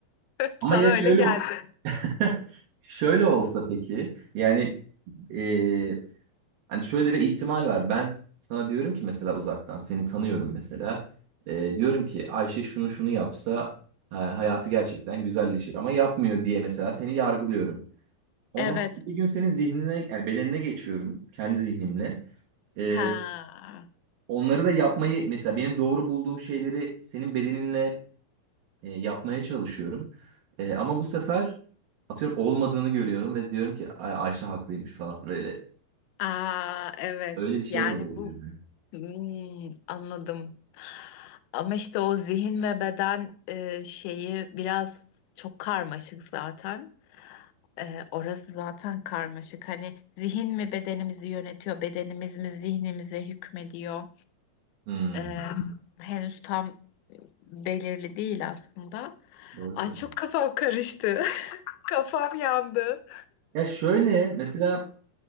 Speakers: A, on the left; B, on the right.
A: <laughs>
B: Ama
A: Sana
B: ya şöyle
A: öyle geldi.
B: <laughs> Şöyle olsa peki yani e, hani şöyle bir ihtimal var. Ben sana diyorum ki mesela uzaktan seni tanıyorum mesela. E, diyorum ki Ayşe şunu şunu yapsa ha- hayatı gerçekten güzelleşir ama yapmıyor diye mesela seni yargılıyorum. Ondan
A: Evet.
B: sonra bir gün senin zihnine yani bedenine geçiyorum kendi zihnimle. E,
A: Ha.
B: onları da yapmayı mesela benim doğru bulduğum şeyleri senin bedeninle e, yapmaya çalışıyorum. E, ama bu sefer atıyorum olmadığını görüyorum ve diyorum ki Ay Ayşe haklıymış falan böyle.
A: Aa, evet.
B: Öyle bir şey
A: Yani
B: de olabilir
A: bu
B: mi?
A: Hmm, anladım. Ama işte o zihin ve beden e, şeyi biraz çok karmaşık zaten. Ee, orası zaten karmaşık. Hani zihin mi bedenimizi yönetiyor, bedenimiz mi zihnimize hükmediyor?
B: Hmm,
A: Ee, henüz tam belirli değil aslında.
B: doğru
A: Ay
B: söylüyorsun.
A: çok kafam karıştı. <laughs> Kafam yandı.
B: Ya şöyle mesela